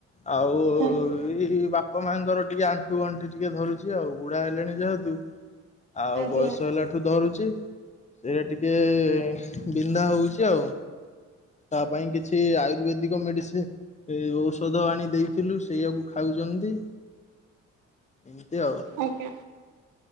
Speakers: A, on the left; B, on the right.
A: ଆଉ ଏଇ
B: ଆଜ୍ଞା
A: ବାପା ବାପା ମାଆଙ୍କର ଟିକେ ଆଣ୍ଠୁ ଗଣ୍ଠି ଟିକେ ଧରୁଛି ଆଉ। ବୁଢା ହେଲେଣି ଯେହେତୁ। ଆଉ
B: ଆଜ୍ଞା
A: ବୟସ ହେଲା ଆଣ୍ଠୁ ଧରୁଛି ସେ ଟିକେ ବିନ୍ଧା ହୋଉଛି ଆଉ। ତା ପାଇଁ କିଛି ଆୟୁର୍ବେଦିକ ମେଡିସିନ ଏଇ ଔଷଧ ଆଣି ଦେଇଥିଲୁ। ସେଇଆାକୁ ଖାଉଛନ୍ତି। ଏମିତି ଆଉ।
B: ଆଜ୍ଞା।